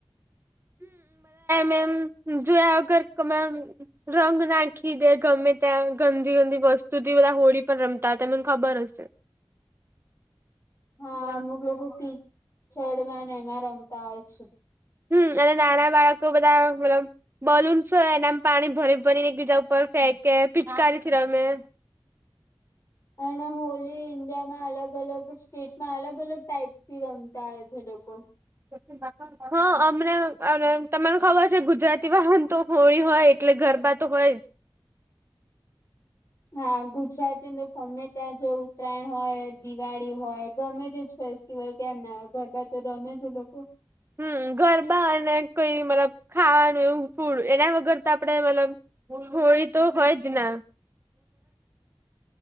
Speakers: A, on the left; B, on the right.
A: <unintelligible>
B: મેમ જોયા વગર. રંગ નાખી દે ગમે ત્યાં ગંદી ગંદી વસ્તુથી બધા હોળી પર રમતા તમને ખબર હ. <inaudible>
A: <unintelligible> હા
B: હમ
A: અમુક લોકો કિચડમાંને એમાં રમતા હોય છે.
B: હમ અને નાના બાળકો બધા મતલબ. બલૂન્સ હોય એના પાણી ભરી ભરીને એકબીજા ઉપર ફેંકે પિચકારીથી રમે.
A: અને હોલી ઇન્ડિયામાં અલગ અલગ સ્ટેટમાં અલગ અલગ ટાઈપથી રમતા હોય છે લોકો.
B: <unintelligible> હા અમને તમને ખબર છે ગુજરાતી વાહા તો હોળી હોય એટલે ગરબા તો હોય જ.
A: હા ગુજરાતી અંદર ગમે ત્યાં જો ઉત્તરાયણ હોય દિવાળી હોય ગમે તેજ ફે. એવાય કેમ ના ગરબા તો રમે છે લોકો.
B: હમ ગરબા અને કઈ મતલબ ખાવાનું એવું ફૂડ એના વગર તો આપડે મતલબ. હોળ તો હોય જ ના.